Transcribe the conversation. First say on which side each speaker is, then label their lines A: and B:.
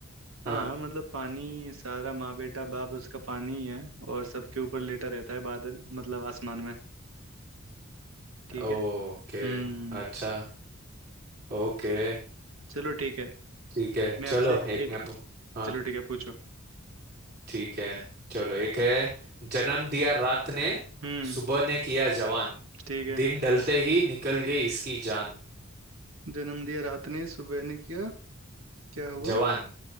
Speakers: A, on the right; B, on the right.
A: हाँ
B: हाँ
A: मतलब पानी सारा माँ बेटा बाप उसका पानी ही है और सबके ऊपर लेटा रहता है बादल मतलब आसमान में ठीक
B: ओके
A: है हम्म
B: अच्छा ओके
A: चलो ठीक है
B: ठीक है
A: मैं
B: चलो
A: आपसे
B: एक
A: एक
B: मैं पू- हाँ
A: चलो ठीक है पूछो
B: ठीक है चलो एक है जन्म दिया रात ने
A: हम्म
B: सुबह ने किया जवान
A: ठीक है
B: दिन ढलते ही निकल गई इसकी जान
A: जन्म दिया रात ने सुबह ने किया क्या हुआ
B: जवान